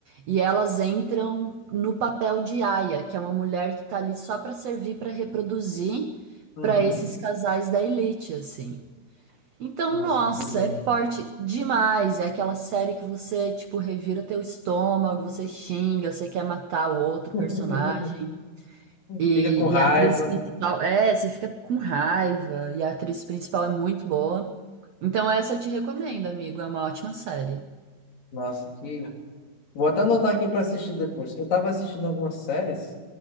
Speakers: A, on the right (about 70°); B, on the left (about 60°).
A: e elas entram no papel de aia, que é uma mulher que tá ali só pra servir pra reproduzir
B: uhum.
A: pra esses casais da elite, assim. Então,
B: Nossa,
A: nossa,
B: que louco.
A: é forte demais. É aquela série que você, tipo, revira teu estômago, você xinga, você quer matar o outro personagem.
B: <laughs>
A: E,
B: Fica com raiva.
A: e a atriz principal, é, você fica com raiva, e a atriz principal é muito boa. Então essa eu te recomendo, amigo, é uma ótima série.
B: Nossa, que. Vou até anotar aqui para assistir depois. Eu tava assistindo algumas séries,